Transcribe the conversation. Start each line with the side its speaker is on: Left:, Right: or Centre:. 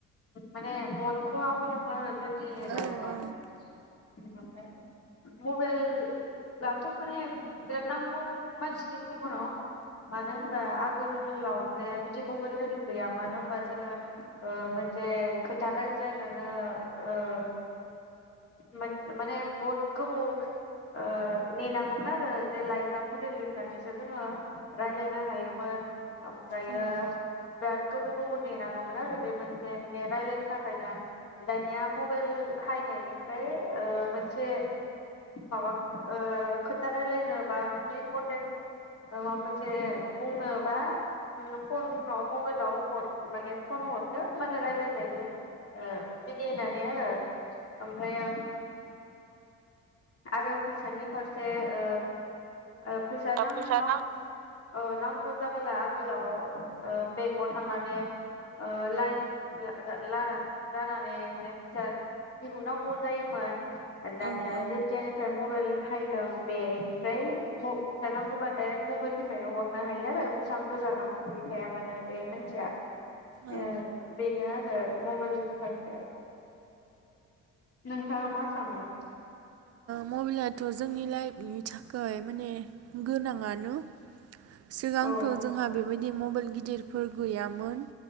Left: माने बहुद खहा खालामो आरो जोंनि
Right: औ
Left: लाइफआव
Right: औ
Left: बिफ्राय मबाइलाथ' माने बिराद नांगौ मानसिनि जिउआव मानो होनबा आगोलाव जे बिदि मबाइल गैयामोन होमबा जोङो जे खोथा रायज्लायनोनो ओ मोन माने बहुद गोबाव ओ नेनाङोमोन आरो जे लाइजामफोर लिरनानैसो जोङो रायलायनो हायोमोन ओमफ्रायो
Right: औ
Left: बिराद गोबाव गोबाव नेनाङोमोन आरो बे मोन से माने रायलायनो थाखायनो दानिया मबाइल हायनायनिफ्राय ओ मोनसे माबा ओ खोथा रायलायनो बा मोनसे इम्परथेन माबा मोनसे बुंनो बा फनाव मबाइलाव ह माने फन हरदो मा होनना रायलायबाय थायो यो ओ होननानै आरो ओमफ्रायो आरो फैसानि फारसे ओ ओ फैसा
Right: औ
Left: नांउ नाउ
Right: नांगौ
Left: ओ नांगौ जाबोला आगोलाव बेंकआव थांनानै ओ लाइन ला-ला जानानै माने फैसा दिहुननांगौ जायोमोन दानिया
Right: औ औ
Left: जेथियानिफाय मबेल हाय दं बेनो दायो नांगौबा डायेक्ट मबाइलनि नो हरनो हायो आरो बेसेबां गोजानाव थायो थाया मानो बे मोनथिया
Right: औ ओ
Left: ए बेनो आरो मबाइलनि फारसे नोंथाङा मा सानो।
Right: मबाइलाथ' जोंनि लाइफनि थाखाय माने गोनाङानो सिगांथ'
Left: औ
Right: जोंहा बेबायदि बि मबाइल गिदिरफोर गैयामोन।